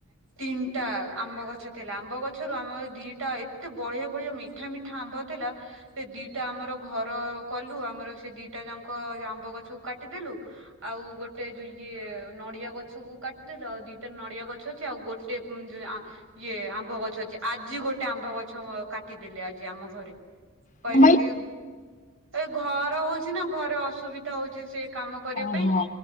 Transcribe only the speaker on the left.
କଣ ଭାଇ?
ଓହୋ